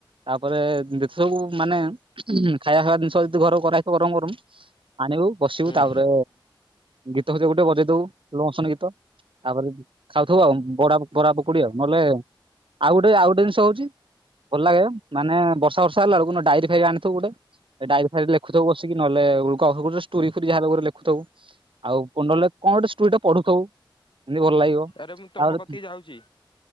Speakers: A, on the right; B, on the left.
A: ତାପରେ ଯେତ ସବୁ ମାନେ ଉଁହୁଁ ଖାଇବା ଫାଇବା ଜିନିଷ ଯଦି ଘରୁ କରାହେଇଥିବ ଗରମ ଗରମ ଆଣିବୁ ବସିବୁ
B: ହୁଁ
A: ତାପରେ ଗୀତ ଫିତ ଗୋଟେ ବଜେଇ ଦବୁ ସ୍ଲୋ ମୋସନ ଗୀତ ତାପରେ ଖାଉଥିବୁ ଆଉ ବଡା ପ ବରା ପକୁଡି ଆଉ ନହେଲେ ଆଉ ଗୋଟେ ଆଉ ଗୋଟେ ଜିନିଷ ହଉଚି ଭଲ ଲାଗେ ମାନେ ବର୍ଷା ବର୍ଷା ହେଲା ବେକୁକୁ ନହେଲେ ଡାଇରି ଫାଇରି ଆଣିଥିବୁ ଗୋଟେ ଏ ଡାଇରି ଫାଇରିରେ ଲେଖୁଥିବୁ ବସିକି ନହେଲେ ଉ କହୁ ଗୋଟେ ଷ୍ଟୋରି ଫୋରି ଯାହାଲେ ଗୋଟେ ଲେଖୁଥବୁ ଆଉ ପୁଣି ନହେଲେ କଣ ଗୋଟେ ଷ୍ଟୋରିଟା ପଢୁଥବୁ। ଏମତି ଭଲ ଲାଗିବ
B: ଆରେ ମୁଁ ତମ
A: ଆଉ
B: କତିକି ଯାଉଛି